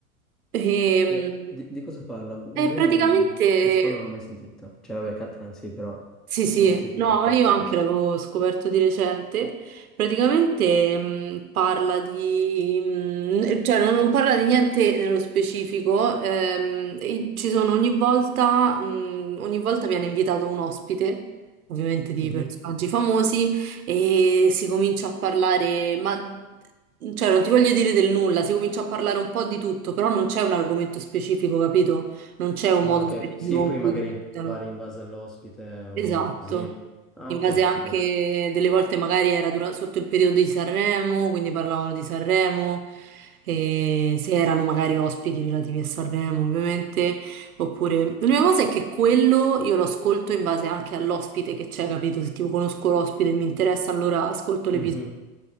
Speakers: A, on the right; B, in the centre.
A: Ehm,
B: E di, di cosa parla?
A: e
B: Lui,
A: praticamente
B: non- questo qua non l'ho mai sentito. Cioè, vabbè, Catalan sì, però
A: sì, sì,
B: non ho mai sentito
A: no,
B: il podcast.
A: io anche l'avevo scoperto di recente. Praticamente mh, parla di, mh, cioè non, non parla di niente nello specifico, ehm, e ci sono ogni volta, mh, ogni volta viene invitato un ospite, ovviamente di
B: Mhm.
A: personaggi famosi, e si comincia a parlare, ma mhmm, cioè non ti voglio dire del nulla, si comincia a parlare un po' di tutto, però non c'è un argomento specifico, capito? Non c'è un
B: Ah,
A: modo
B: ok.
A: specifico
B: Sì,
A: con
B: poi magari
A: cui iniziano.
B: vari in base all'ospite o
A: Esatto,
B: così. Ah,
A: in
B: ok,
A: base
B: figo.
A: anche delle volte magari era dura- sotto il periodo di Sanremo, quindi parlavano di Sanremo, e se erano magari ospiti relativi a Sanremo ovviamente, oppure l'unica cosa è che quello io lo ascolto in base anche all'ospite che c'è, capito? Se tipo conosco l'ospite e mi interessa allora ascolto l'episodio,
B: Mhm.